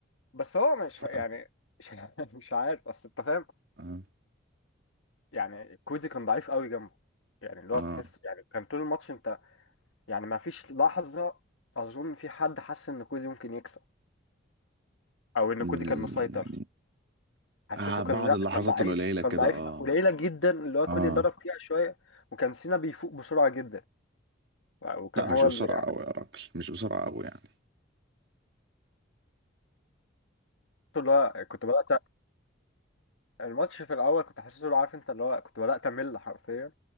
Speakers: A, on the left; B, on the right.
A: بس هو مش
B: ف
A: يعني مش <laughs> مش عارف اصل انت فاهم
B: اه,
A: يعني كودي كان ضعيف قوي جنبه يعني اللي
B: آه.
A: هو تحس يعني كان طول الماتش انت يعني ما فيش لحظة اظن في حد حس ان كودي ممكن يكسب او ان
B: م-
A: كودي كان مسيطر
B: يعني
A: حسيته
B: آه بعض
A: كان لا
B: اللحظات
A: كان ضعيف
B: القليلة
A: كان
B: كده
A: ضعيف
B: اه
A: قليلة جدا اللي هو كودي
B: اه
A: ضرب فيها شوية وكان سينا بيفوق بسرعة جدا وكان
B: لا مش
A: هو
B: بسرعة
A: اللي يعني
B: قوي يا راجل مش بسرعة قوي يعني
A: اللي هو كنت بدأت الماتش في الاول كنت حاسس له عارف انت اللي هو كنت بدات امل حرفيا